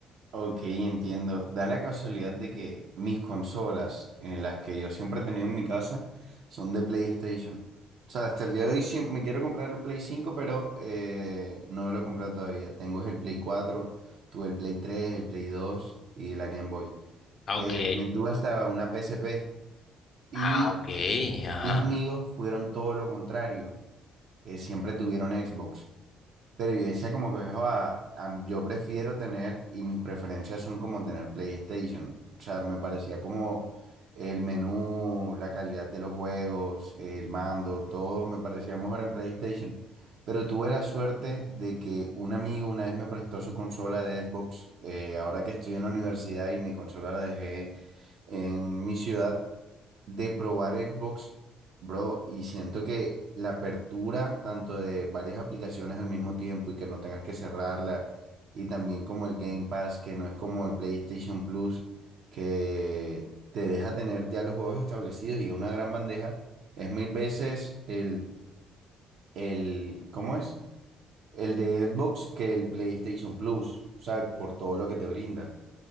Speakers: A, on the right; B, on the left.
A: Ok, entiendo. Da la casualidad de que mis consolas, en las que yo siempre he tenido en mi casa, son de PlayStation. O sea, hasta el día de hoy sí me quiero comprar el Play cinco pero eh, no lo he comprado todavía. Tengo es el Play cuatro tuve el Play tres el Play dos y la Game Boy.
B: Ah,
A: Eh,
B: Ok,
A: también tuve hasta una PSP. Y
B: ah, ok, ajá.
A: mis amigos fueron todo lo contrario. eh, siempre tuvieron Xbox. Pero yo decía como que "Joa, am- yo prefiero tener, y mis preferencias son como tener PlayStation. O sea, me parecía como el menú, la calidad de los juegos, el mando, todo me parecía mejor en PlayStation. Pero tuve la suerte de que un amigo una vez me prestó su consola de Xbox, eh, ahora que estoy en la universidad y mi consola la dejé en mi ciudad de probar Xbox, bro, y siento que la apertura tanto de varias aplicaciones al mismo tiempo y que no tengas que cerrarla, y también como el Game Pass, que no es como el PlayStation Plus, que te deja tener ya los juegos establecidos y una gran bandeja, es mil veces el, el, ¿cómo es? El de Xbox que el PlayStation Plus, o sea, por todo lo que te brinda.